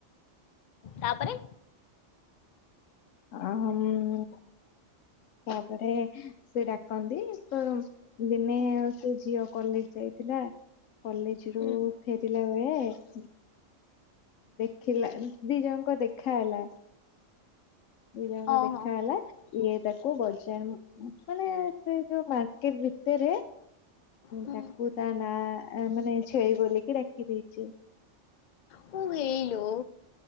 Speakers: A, on the left; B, on the left.
A: ତାପରେ
B: ଆହମ୍ ତାପରେ ସେ ଡାକନ୍ତି ତ ଦିନେ ସେ ଝିଅ କଲେଜ ଯାଇଥିଲା। କଲେଜ ରୁ
A: ହୁଁ।
B: ଫେରିଲା ବେଳେ ଦେଖିଲା ଦି ଜଣଙ୍କ ଦେଖା ହେଲା। ଦି ଜଣକ
A: ଓହୋ
B: ଦେଖା ହେଲା ଇଏ ତାକୁ ବଜ ମାନେ ସେ ଯୋଉ ମାର୍କେଟ ଭିତରେ
A: ହୁଁ
B: ତାକୁ ତା ନା ମାନେ ଛେଳି ବୋଲିକି ଡାକି ଦେଇଛି।
A: ମୁଁ ହେଇଲୋ